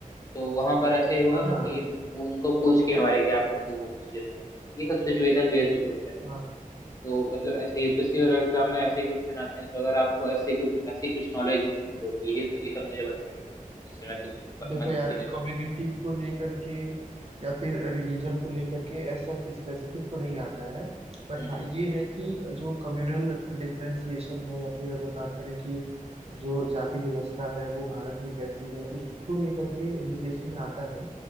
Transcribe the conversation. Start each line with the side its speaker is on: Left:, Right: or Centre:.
Left: तो वहां पर ऐसे ही हुआ
Right: हाँ
Left: ना
Right: हाँ
Left: कि वो उनको पूछ के हमारे कि आप हिंदू हो मुस्लिम हो ये सब सिचुएशन बेस्ड क्वेश्चन हो
Right: हाँ
Left: तो मतलब ऐसे यूपीएससी और एग्जाम में ऐसे ही क्वेश्चन आते हैं तो अगर आपको ऐसे कुछ ऐसी कुछ नॉलेज हो तो यही ये सब मुझे बताइए जिससे मैं कुछ प-
Right: देखो
Left: मदद
Right: यार
Left: मिले
Right: कम्युनिटी को लेकर के या फिर रिलीजन को लेकर के एज सच स्पेसिफिक तो नहीं आता है बट
Left: हम्म
Right: हाँ ये है कि जो कम्युनल डिफरेंसिएशन है या फिर अगर बात करें कि जो जाति व्यवस्था है वो भारत में कैसी है उसको लेकर के यूपीएससी में आता है